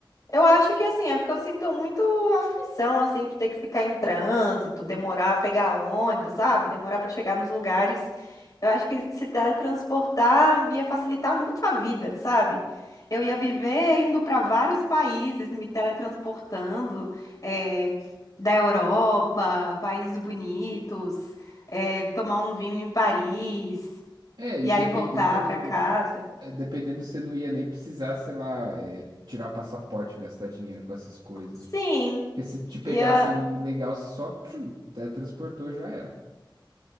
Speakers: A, on the left; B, on the right.
A: Eu acho que assim, é porque eu sinto muito aflição, assim, de ter que ficar em trânsito, demorar a pegar ônibus, sabe? Demorar para chegar nos lugares. Eu acho que se teletransportar ia facilitar muito a vida, sabe? Eu ia viver indo para vários países, me teletransportando, eh, da Europa, países bonitos, eh, tomar um vinho em Paris
B: É, e
A: e
B: dependendo,
A: aí voltar para casa.
B: é, dependendo você não ia nem precisar, sei lá, é, tirar passaporte, gastar dinheiro com essas coisas.
A: Sim,
B: Porque se te pegassem
A: ia,
B: legal, você só pshum, teletransportou, já era.